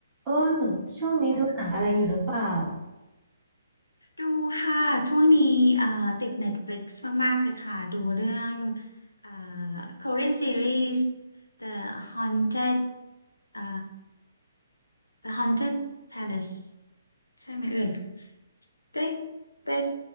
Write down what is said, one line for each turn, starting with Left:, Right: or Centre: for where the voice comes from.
Right: อ้นช่วงนี้ดูหนังอะไรอยู่หรือเปล่า
Left: สวัสดีค่ะ ดูค่ะ ช่วงนี้เอ่อติด Netflix มากๆเลยค่ะ ดูเรื่องเอ่อ Korean series The Haunted เอ่อ The Haunted Palace ใช่ไหมเอ่ยได้ได้